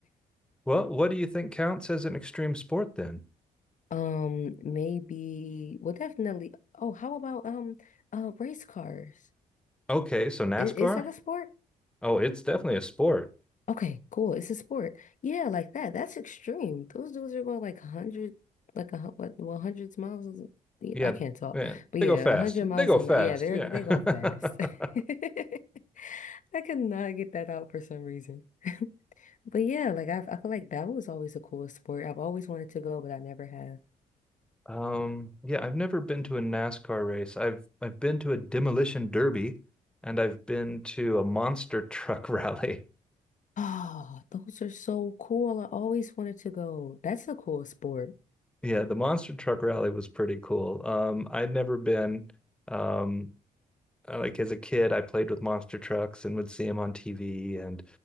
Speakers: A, in the centre; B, on the left.
A: Well, what do you think counts as an extreme sport then?
B: Um, maybe, well, definitely. Oh, how about um, uh, race cars?
A: Okay, so NASCAR?
B: Is, is that a sport?
A: Oh, it's definitely a sport.
B: Okay, cool. It's a sport. Yeah, like that. That's extreme. Those dudes are going like a hundred, like a hun- what, well, hundreds miles. is- yeah,
A: Yeah,
B: I can't talk,
A: yeah,
B: but
A: they
B: yeah,
A: go fast.
B: a hundred miles
A: They go
B: an
A: fast.
B: hour. Yeah, they're
A: Yeah.
B: they go fast.
A: <laughs>
B: <laughs> I could not get that out for some reason. But yeah, like I, I feel like that was always a cool sport. I've always wanted to go, but I never have.
A: Um, yeah, I've never been to a NASCAR race. I've I've been to a demolition derby and I've been to a monster truck <laughs> rally.
B: Oh, those are so cool. I always wanted to go. That's a cool sport.
A: Yeah, the monster truck rally was pretty cool. Um, I'd never been. Um, uh, like as a kid, I played with monster trucks and would see them on TV, and